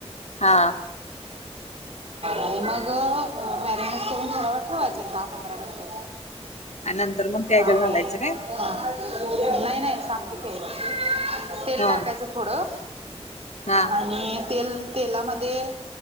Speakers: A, on the left (about 85°); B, on the right (about 65°).
A: हा
B: आणि मग मॅरिनेट करून थोडं व ठेवायचं एक दहा पंधरा मिनिटं
A: आणि नंतर मग त्या ह्याच्यात
B: आणि
A: घालायचं काय
B: हां नाही नाही सांमतिकही तेल
A: हा
B: टाकायचं थोडं
A: हा
B: आणि तेल तेलामध्ये